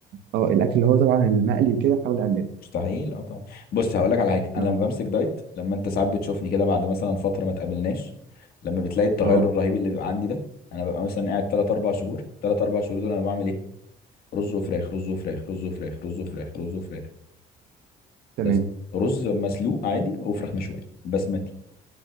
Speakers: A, on the right (about 75°); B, on the left (about 65°).
A: اه الاكل اللي هو طبعا المقلي وكده احاول اقلله
B: مستحيل اه طبعا بص هقول لك على حاجه انا
A: اه
B: لما بمسك دايت لما انت ساعات بتشوفني كده بعد مثلا فتره ما تقابلناش لما بتلاقي التغير
A: اه
B: الرهيب اللي بيبقى عندي ده انا ببقى مثلا قاعد 3 4 شهور 3 4 شهور دول انا بعمل ايه رز وفراخ رز وفراخ رز وفراخ رز وفراخ رز وفراخ
A: تمام
B: بس رز مسلوق عادي وفراخ مشويه بسمتي